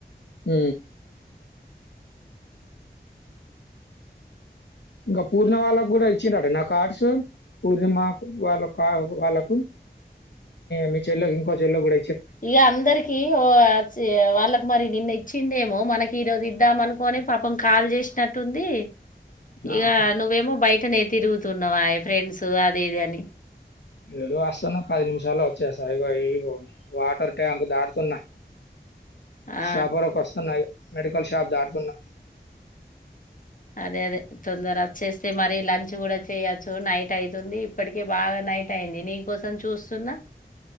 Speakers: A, on the left (about 85°); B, on the left (about 50°).
A: ఉ ఇంకా పూర్ణ వాళ్ళకు గుడా ఇచ్చిరంటన నా కార్డ్స్ పూర్ణిమకు వాళ్ళకు క వాళ్ళకు మీ చెల్లా కు ఇంకో చెల్లా కు గూడ
B: ఇగ అందరికిీ, ఓ చే వాళ్ళకు మరి నిన్న ఇచ్ చ్చిండేమో మనకి ఈరోజు ఇద్దాం అనుకోని, పాపం కాల్ చేసినట్టుంది. ఇగా,
A: ఆహా.
B: నువ్వేమో బయటనే ఎత్ తిరుగుతున్నవాయే ఫ్రెండ్స్ తి త్ అదీ ఇది అని.
A: ఇగో అస్తున్నా, పది నిమిషాల్లో వచ్చేస్తా. ఇగో ఈ వాటర్ ట్యాంక్ దాడుతున్నా.
B: ఆ
A: షాప్ వరకు వస్తున్నా ఇగ. మెడికల్ షాప్ దాటుతున్నా.
B: అదే అదే తొందర అచ్చేస్తే, మరి లంచ్ కూడా చేయొచ్చు నైట్ అయితుంది. ఇప్పటికే బాగా నైట్ అయింది, నీ కోసం చూస్తున్నా.